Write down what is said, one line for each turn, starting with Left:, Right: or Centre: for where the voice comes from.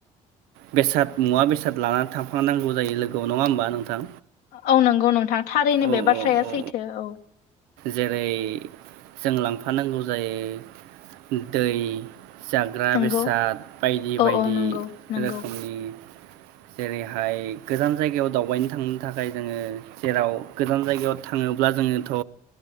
Right: बेसाद मुवा बेसाद लानानै थांफांनांगौ जायो लोगोआव नङा होमबा नोंथां
Left: औ नंगौ नोंथां थारैनो
Right: औ
Left: बे बाथ्राया
Right: औ औ
Left: सैथो औ
Right: जेरै जों लांफानांगौ जायो दै जाग्रा
Left: नंगौ
Right: बेसाद बायदि
Left: औ
Right: बायदि
Left: औ नंगौ नंगौ
Right: रोखोमनि जेरैहाय गोजान जायगायाव दावबायनो थांनो थाखाय जोङो जेराव गोजान जायगायाव थाङोब्ला जोङोथ'